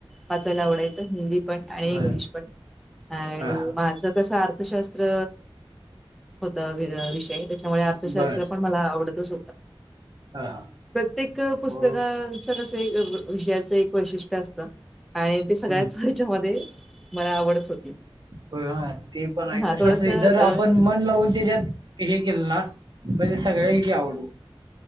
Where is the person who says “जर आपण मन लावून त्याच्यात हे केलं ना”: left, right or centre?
Right